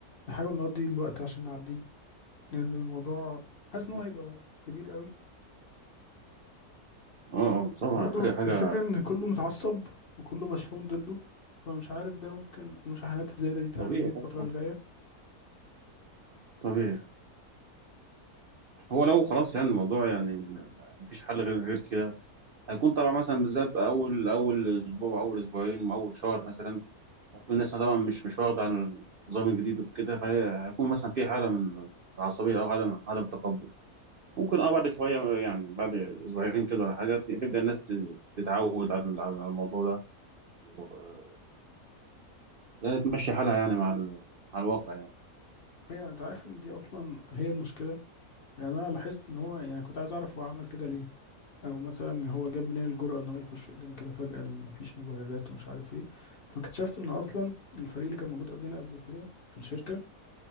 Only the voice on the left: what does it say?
نحاول نقضي الوقت عشان نعديه لأن الموضوع حاسس
إن هو هيبقى كبير قوي
وبرضه
الفكرة إن كله متعصب وكله مشحون ضده فمش عارف ده ممكن المشاحنات الزيادة دي تعمل
إيه الفترة
الجاية
هي أنت عارف إن دي أصلا هي المشكلة يعني أنا لاحظت إن هو يعني كنت عايز أعرف هو عمل كده ليه او مثلا هو جاب منين الجرأة ان هو يخش يقول لنا كده فجأة ال- مفيش مبررات ومش عارف ايه فاكتشفت ان اصلا الفريق اللي كان موجود قبلنا قبل كده في الشركة